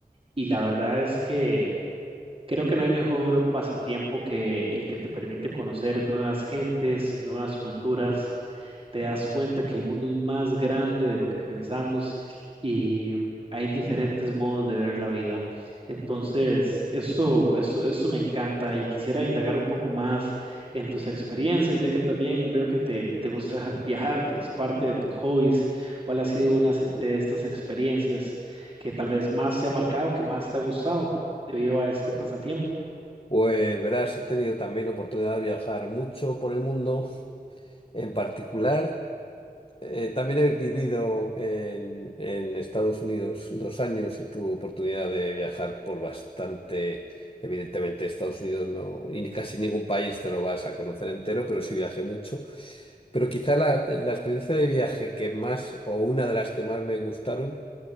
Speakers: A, on the right; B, on the left.
A: Y la verdad es que creo que no hay mejor pasatiempo que el que te permite conocer nuevas gentes, nuevas culturas te das cuenta que el mundo es más grande de lo que pensamos y hay diferentes modos de ver la vida. Entonces, eso, eso, eso me encanta y quisiera indagar un poco más en tus experiencias, ya que también veo que te, te gusta viajar, que es parte de tus hobbies. ¿Cuál ha sido una se- de estas experiencias que tal vez más te ha marcado, que más te ha gustado debido a este pasatiempo?
B: Pues verás, he tenido también oportunidad de viajar mucho por el mundo, en particular. Eh, también he vivido en, en Estados Unidos dos años y tuve oportunidad de viajar por bastante. Evidentemente, Estados Unidos no, y ni casi ningún país te lo vas a conocer entero, pero sí viajé mucho. Pero quizá la, la experiencia de viaje que más, o una de las que más me gustaron,